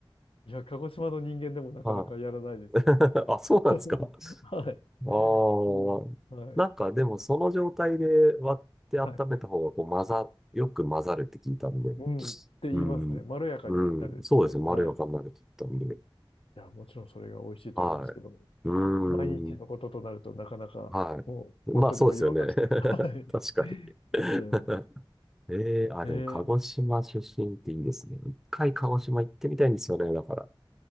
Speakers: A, on the left (about 80°); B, in the centre.
A: いや、鹿児島の人間でもなかなかやらないです。
B: はい。<laughs> あ、そうなんですか。
A: <laughs> はい。
B: ああ。
A: もう、はい。
B: なんかでもその状態で割って温めた方がこう混ざ、
A: はい。
B: よく混ざるって聞いたんで。
A: うん、って言いますね。
B: うん。
A: まろやかになるって。
B: うん。そうですね。
A: はい。
B: まろやかになるって言ったんで。
A: いや、もちろんそれが美味しいと思うんですけど、
B: はい。うーん。
A: 毎日のこととなるとなかなかもうポットにお湯沸かしてる。
B: はい。まあそうですよね。
A: はい。
B: <laughs> 確かに。
A: 飲んじゃいます。
B: <laughs> ええあ、
A: え
B: でも、鹿児島出身っていいですね。一回鹿児島行ってみたいんですよね、だから。